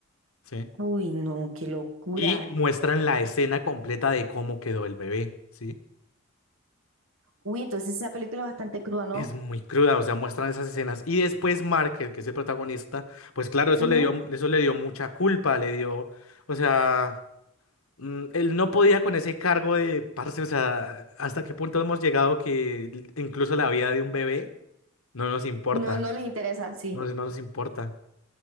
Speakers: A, on the left (about 85°); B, on the right (about 75°).
A: ¿sí?
B: Uy, no, qué locura.
A: Y muestran la escena completa de cómo quedó el bebé, ¿sí?
B: Uy, entonces esa película es bastante cruda, ¿no?
A: Es muy cruda, o sea, muestran esas escenas. Y después Mark, el que es el protagonista, pues claro, eso
B: Ujú.
A: le dio, eso le dio mucha culpa, le dio, o sea, mm, él no podía con ese cargo de, parce, o sea, hasta qué punto hemos llegado que l- incluso la vida de un bebé no nos importa,
B: No, no les interesa, sí.
A: no, no nos importa.